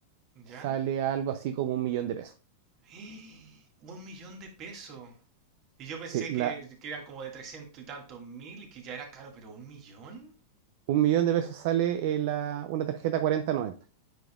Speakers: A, on the right; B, on the right.
A: ¿Ya?
B: sale a algo así como un millón de pesos.
A: <gasps> Un millón de pesos. Y yo pensé
B: Sí, la,
A: que, que eran como de 300 y tantos mil y que ya era caro, pero un millón.
B: un millón de pesos sale eh, la- una tarjeta cuarenta noventa,